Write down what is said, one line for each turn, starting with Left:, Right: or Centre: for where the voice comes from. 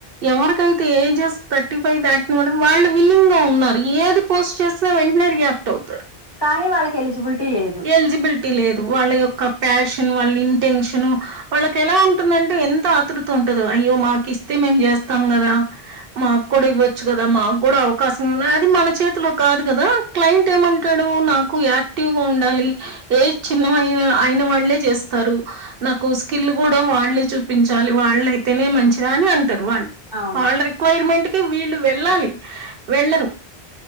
Right: ఎవరికైతే ఏజెస్ థర్టీ ఫైవ్ దాటిని వాళ్ళు విల్లింగ్ గా ఉన్నారు ఏది. పోస్ట్ చేసిన వెంటనే రియాక్ట్ అవుతారు.
Left: కానీ వాళ్ళకి ఎలిజిబిలిటీ లేదు.
Right: ఎలిజిబిలిటీ లేదు వాళ్ళ యొక్క ప్యాషన్ వాళ్ళ ఇంటెన్షన్. వాళ్ళకి ఎలా ఉంటుందంటే ఎంత ఆతృత ఉంటుదో అయ్యో మాకి ఇస్తే మేం చేస్తాం కదా. మాకు కూడా ఇవ్వచ్చు కదా మాకు కూడా అవకాశం ఉన్నా అది మన చేతిలో కాదు కదా. క్లయింట్ ఏమంటాడు నాకు యాక్టివ్ గా ఉండాలి. ఏజ్ చిన్నవైన అయిన వాళ్ళే చేస్తారు. నాకు స్కిల్ కూడా వాళ్ళే చూపించాలి వాళ్ళయితేనే మంచిదా అని అంటారు వాళ్ళు.
Left: అవును
Right: వాళ్ళ రిక్వైర్మెంట్ కె వీళ్ళు వెళ్ళాలి వెళ్లరు.